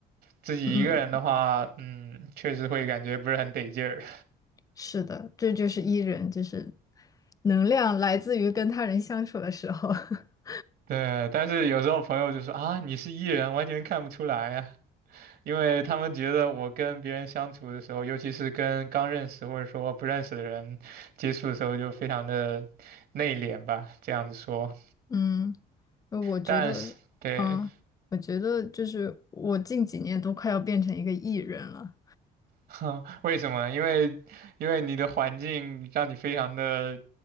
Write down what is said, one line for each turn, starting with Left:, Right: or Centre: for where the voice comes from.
Right: 自己一个人的话，
Left: 嗯，嗯
Right: 嗯，确实会感觉不是很得劲儿。
Left: 是的，这就是 E 人，就是能量来自于跟他人相处的时候。<laughs>
Right: 对，但是有时候朋友就说啊，你是 E 人，完全看不出来呀，因为他们觉得我跟别人相处的时候，尤其是跟刚认识或者说不认识的人接触的时候，就非常的内敛吧，这样子说。
Left: 嗯，呃我觉得，
Right: 但是，对，
Left: 嗯，我觉得就是我近几年都快要变成一个 E 人了，
Right: <laughs> 为什么呢因为因为你的环境让你非常的